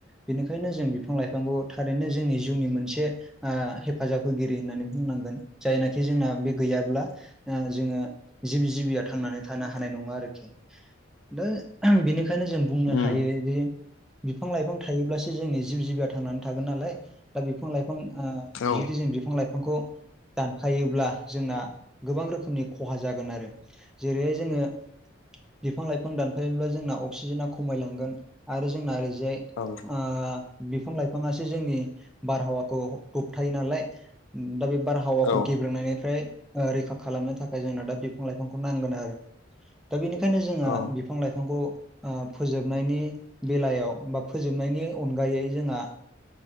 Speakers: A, in the centre; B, on the left (about 80°).
A: बेनिखायनो जों बिफां लाइफांखौ थारैनो जोंनि जिउनि मोनसे ओ हेफाजाब होगिरि होननानै बुंनांगोन जायनाखि जोंना बे गैयाब्ला ओ जोङो जिब जिबिया थांनानै थानो हानाय नङा आरोखि दो बेनिखायनो जों बुंनो
B: उम
A: हायो जे बिफां लाइफां थायोब्लासो जोंनि जिब जिबिया थांनानै थागोन नालाय दा बिफां लाइफां ओ
B: औ
A: जुदि जों बिफां लाइफांखौ दानखायोब्ला जोंना गोबां रोखोमनि खहा जागोन आरो जेरैहाय जोङो बिफां लाइफां दानफायब्ला जोंना अक्सिजेनाना खमायलांगोन आरो जोंना ओरैजाय
B: <unintelligible>
A: ओ बिफां लाइफाङासो जोंनि बारहावाखौ थबथायो नालाय। दा बे बार हावाखौ
B: औ
A: गेब्रोंनायनिफ्राय ओ रैखा खालामनो थाखाय जोंनो दा बिफां लाइफांखौ नांगोन आरो। दा बेनिखायनो जोंङो
B: औ
A: बिफां लाइफांखौ ओ फोजोबनायनि बेलायाव बा फोजोबनायनि अनगायै जोंहा